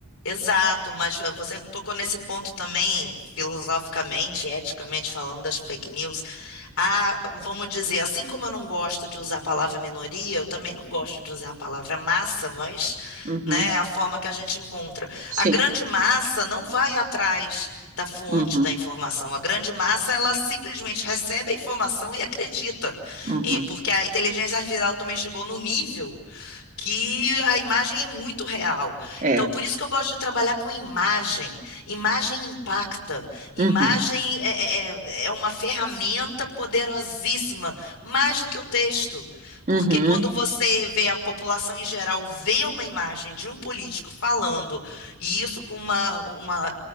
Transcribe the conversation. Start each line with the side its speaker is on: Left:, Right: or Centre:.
Left: Exato, mas eh, você tocou nesse ponto também, filosoficamente, eticamente falando das fake news. Ah, vamos dizer, assim como eu não gosto de usar a palavra minoria, eu também não gosto de usar a palavra massa, mas,
Right: Uhum,
Left: né, é a forma que a gente encontra.
Right: Sim.
Left: A grande massa não vai atrás da fonte
Right: Uhum,
Left: da informação. A grande massa, ela simplesmente recebe a informação e acredita.
Right: uhum.
Left: E porque a inteligência artificial também chegou no nível que a imagem é muito real.
Right: É.
Left: Então, por isso que eu gosto de trabalhar com imagem. Imagem impacta. Imagem
Right: Uhum,
Left: é, é- é é uma ferramenta poderosíssima, mais do que o texto.
Right: uhum,
Left: Porque quando você vê a população em geral vê uma imagem de um político falando, e isso com uma,